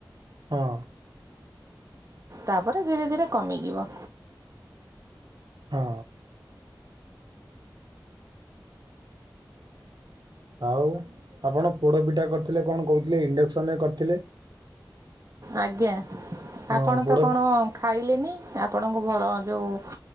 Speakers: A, on the right (about 65°); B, on the right (about 45°).
A: ହଁ।
B: ତାପରେ ଧୀରେ ଧୀରେ କମିଯିବ।
A: ହଁ। ଆଉ ଆପଣ ପୋଡ଼ ପିଠା କରିଥିଲେ କଣ କହୁଥିଲେ ଇଣ୍ଡକ୍ସନରେ କରିଥିଲେ?
B: ଆଜ୍ଞା
A: ହଁ
B: ଆପଣ
A: ପୋଡ଼
B: ତ କଣ ଖାଇଲେନି ଆପଣଙ୍କୁ ଭ ଯୋଉ